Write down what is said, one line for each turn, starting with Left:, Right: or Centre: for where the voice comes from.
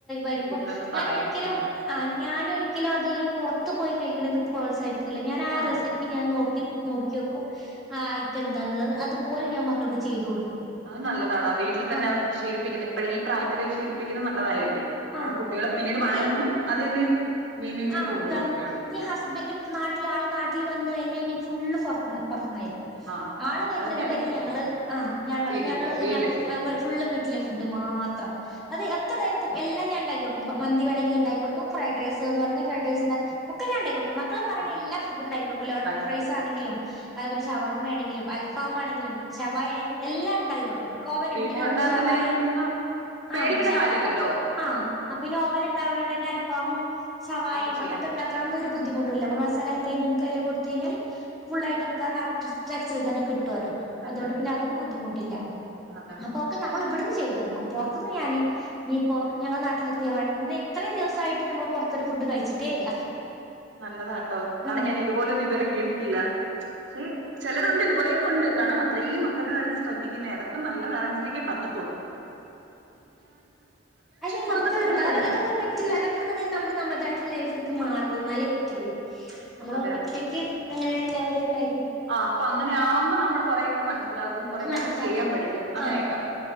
Centre: വരുമ്പോ
Right: വീട്ടിലൊന്ന്
Centre: ഞാൻ
Right: പറയും
Centre: ഒരിക്കലും
Right: ഉം
Centre: ആ ഞാനൊരിക്കലും ഒരിക്കലും അതൊരു പുറത്ത് പോയി കഴിക്കണത് പ്രോത്സാഹിപ്പിക്ക ല്ല ഞാൻ ആ
Right: ആഹ്
Centre: റെസിപ്പി ഞാ നോക്കി നോക്കി വെക്കും ആ ഐറ്റം എന്താനുള്ളത് അതുപോലെ ഞാൻ മക്കൾക്ക് ചെയ്ത് കൊടുക്കും
Right: അത് നല്ലതാടാ വീട്ടിൽ തന്നെ
Centre: ആഹ്
Right: ശീലപ്പിക്കുന്ന ഇപ്പ ഈ പ്രായത്തിലേ ശീലിപ്പി ശീലിപ്പിക്കുന്നത് നല്ലതായിരിക്കും
Centre: ആഹ്
Right: ക്കും കുട്ടികളെ പിന്നീട്
Centre: എനിക്ക്
Right: വളരുമ്പം അത് തന്നെ മെയിൻറ്റെയിൻ ചെയ്ത്
Centre: ആഹ്
Right: കൊണ്ടുപോവാ
Centre: അതാ
Right: കുട്ടികളെ
Centre: ഈ ഹസ്ബൻറ്റ് നാട്ടില് ആള് നാട്ടില് വന്ന കഴിഞ്ഞ ഫുള്ള് പുറത്തുന്നായിരിക്കും
Right: ആഹ്
Centre: ആള് വരുന്നത്
Right: അതൊക്കെ ഇടയ്ക്കല്ലേ
Centre: വരെ ഞങ്ങള് ആ ഞങ്ങള്
Right: വീട്ടി
Centre: ഞങ്ങള്
Right: വീട്ടില്
Centre: ഞ
Right: ചെയ്യും
Centre: ഫുള്ള് വീട്ടിലെ ഫുഡ് മാത്രം അത് ഒക്കെതായിട്ടും എല്ലാം ഞാൻ ഇണ്ടാക്കി കൊടുക്കും മന്തി വേണമെങ്കിലിൽ ഉണ്ടാക്കി കൊടുക്കും ഫ്രൈഡ് റൈഡ് വന്ന് പറഞ്ഞ ഫ്രൈഡ് റൈസ് ഉണ്ടാക്കി ഒക്കെ ഞാൻ ഉണ്ടാക്കി കൊടുക്കും മക്കള മക്കൾ പറയണ
Right: ആണോ
Centre: എല്ലാ ഫുഡുണ്ടാക്കി കൊടുക്കും ലോഡഡ്
Right: ഉണ്ടാക്കി
Centre: ഫ്രൈയ്സ്
Right: കൊടു
Centre: ആണെങ്കിലും അതുപോലെ ശവർമ്മയാണെങ്കിലും അൽഫാമ ആണെങ്കിലും ശവായഎല്ലാം ഉണ്ടാക്കി കൊടുക്കും ഓവന്
Right: വീട്ടി
Centre: ഉണ്ട് അതുകൊണ്ട്
Right: ഉണ്ടാക്കുന്നേലും
Centre: ശവായയും
Right: പിന്നെ
Centre: ആ
Right: പേടിക്കേണ്ട
Centre: ശവാ
Right: കാര്യമില്ലല്ലോ
Centre: ആ പിന്നെ ഓവൻ ഉണ്ടാവോണ്ട് കൊണ്ട് തന്നെ അൽഫാമും ശവായ
Right: ഇതൊക്കെ ചെയ്യാൻ
Centre: അങ്ങനത്തെഉണ്ടാക്കാനെന്നും
Right: പറ്റും
Centre: ഒരു ബുദ്ധിമുട്ടുല്ല നമ്മൾ മസാലാക്കി കഴിഞ്ഞാ നമു ക്ക്അയിൽ കൊ ടുത്ത് കഴിഞ്ഞാ ഫുള്ളായിട്ട് നമുക്ക് ആ കറക്റ്റ് സ്ട്രക്ച്ച റിൽതന്നെ കിട്ടും ട്ടോ ലേ
Right: അതെ
Centre: അതുകൊണ്ട്
Right: അതെ അതെ
Centre: പിന്നെ അതും ബുദ്ധിമുട്ടില്ല
Right: അതാ
Centre: അപ്പൊ ക്കെ നമ്മൾ ഇവിടുന്ന് ചെയ്തു കൊടുക്കും പുറത്തുന്ന് ഞാന് നീ പ്പോ
Right: കഴിക്കാൻ
Centre: ഞങ്ങൾ
Right: പറ്റും
Centre: നാട്ടിലെത്തിയ പാടെ ഇന്ന് ഈത്രയും ദിവസമായിട്ട് നമ്മൾ പുറത്ത് രുഫുഡ് കഴിച്ചിട്ടേ ഇല്ല
Right: നല്ലതാ കേട്ടോ കാരണം
Centre: ആഹ്
Right: ഞാൻ ഇതുപോലെന്നും ഇതുവരെ കേട്ടിട്ടില്ല പക്ഷെ ചിലരുണ്ട് ഇതുപോലെയൊക്കെ ഉണ്ട് കാരണ അത്രയും മക്കളുടെ കാര്യത്തിൽ ശ്രദ്ധിക്കുന്നേ അതൊക്കെ നല്ല പേരന്‍സിനൊക്കെ പറ്റത്തൊള്ളൂ
Centre: അയ്ന്
Right: പുറത്തൊക്കെ
Centre: നമുക്ക്
Right: ഫുഡ്
Centre: ട്ടല്ലേ
Right: കഴിക്കും.
Centre: അത് ക്കെ പറ്റില്ല അതെക്കെണ്ടെങ്കിൽ നമ്മ നമ്മൾതായിട്ട് ലൈഫിൽ മാറണം ന്നാലേ പറ്റുള്ളൂ നമ്മള്
Right: അതെ
Centre: ഒറ്റയ്ക്ക്
Right: അതെ
Centre: അങ്ങനെ എല്ലാവരും ലൈ
Right: ആ പ്പോ അങ്ങനെയാകുമ്പോ നമ്മൾ കൊറെയൊക്കെ മനസ്സിലാക്കും കൊറൊക്കെ
Centre: മനസ്സിലാക്കും
Right: അങ്ങനെ ചെയ്യാൻ പഠിക്കും അങ്ങനെയൊക്കെ
Centre: ആഹ്